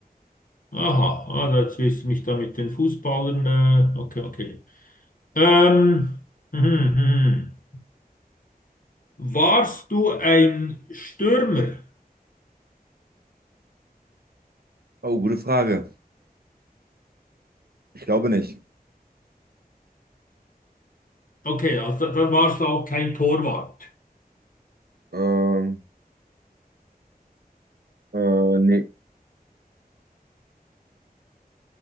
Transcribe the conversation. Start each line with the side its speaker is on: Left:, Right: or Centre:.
Left: Aha, ah, jetzt wirst du mich da mit den Fußballern. Äh, okay, okay. Ähm, hm, hm, hm. hm, hm. Warst du ein Stürmer?
Right: Oh, gute Frage. Ich glaube nicht.
Left: Okay, also dann warst du auch kein Torwart.
Right: Ähm, äh, nee.